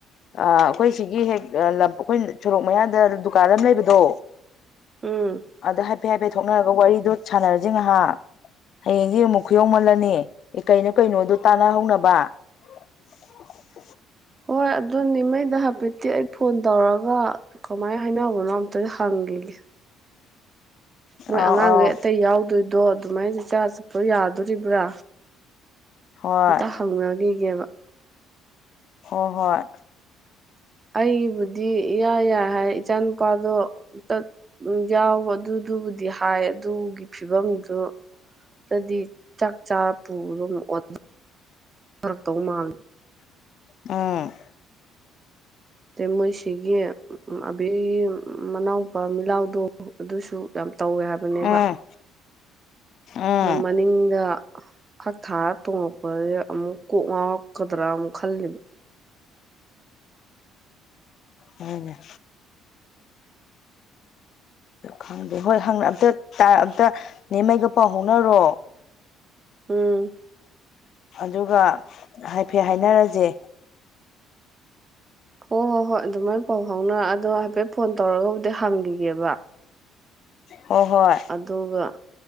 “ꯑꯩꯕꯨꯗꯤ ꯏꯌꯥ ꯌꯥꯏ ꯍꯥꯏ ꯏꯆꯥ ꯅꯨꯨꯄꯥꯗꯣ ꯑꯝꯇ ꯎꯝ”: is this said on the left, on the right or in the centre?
Right